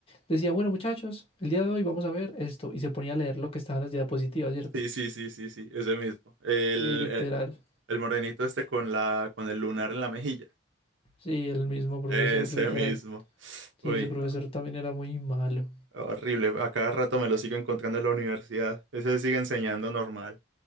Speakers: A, on the left; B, on the right.
A: decía, bueno muchachos, el día de hoy vamos a ver esto y se ponía a leer lo que estaba en las diapositivas, ¿cierto?
B: Sí, sí, sí, sí, sí, es ese mismo. El,
A: Sí, literal.
B: eh, el morenito este con la, con el lunar en la mejilla.
A: Sí, el mismo profesor,
B: Ese
A: literal.
B: mismo.
A: Sí,
B: Uy,
A: ese profesor
B: no.
A: también era muy malo.
B: Horrible. A cada rato me lo sigo encontrando en la universidad. Ese sigue enseñando normal.